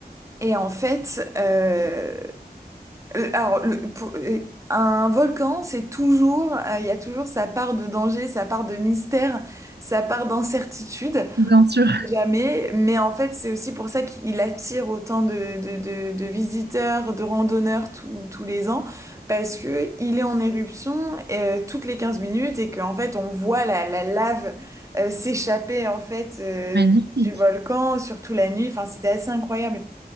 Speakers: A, on the right; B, on the right.
A: et en fait, euh, le- alors le- pour- euh, un volcan, c'est toujours, euh, il y a toujours sa part de danger, sa part de mystère, sa part d'incertitude.
B: Bien sûr.
A: Jamais, mais en fait, c'est aussi pour ça qu'il attire autant de, de, de, de visiteurs, de randonneurs tous tous les ans, parce que il est en éruption euh, toutes les 15 minutes et qu'en fait, on voit la, la lave euh, s'échapper en fait euh,
B: Magnifique.
A: du volcan, surtout la nuit. Enfin, c'était assez incroyable.